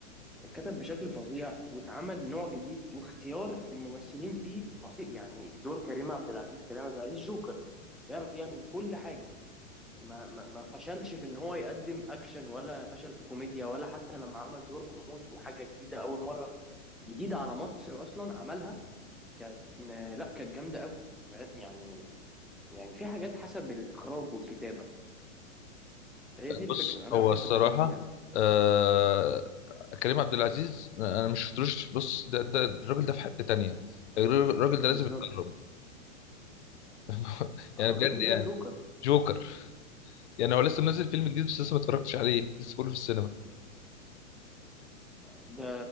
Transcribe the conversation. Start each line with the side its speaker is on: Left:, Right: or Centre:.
Centre: اتكتب بشكل فظيع واتعمل نوع جديد واختيار الممثلين فيه فظيع يعني دور كريم عبد العزيز كريم عبد العزيز جوكر بيعرف يعمل كل حاجة ما, ما, ما فشلش في ان هو يقدم اكشن ولا فشل في كوميديا ولا حتى لما عمل دور غموض وحاجة جديدة اول مرة جديدة على مصر اصلا عملها كانت لا كانت جامدة قوي ف- يعني يعني في حاجات حسب الاخراج والكتابة هي دي الفكرة
Left: بص
Centre: انا
Left: هو
Centre: بحب
Left: الصراحه
Centre: الحاجات دي يعني
Left: آه كريم عبد العزيز انا مش شفتلوش بص ده, ده الراجل ده في حته تانية الراجل ده لازم
Centre: بالظبط
Left: يتكرم <laughs>
Centre: آه،
Left: يعني بجد
Centre: الراجل ده
Left: يعني
Centre: جوكر
Left: جوكر يعني هو لسه منزل فيلم جديد بس لسه ما اتفرجتش عليه لسه بقوله في السينما
Centre: ده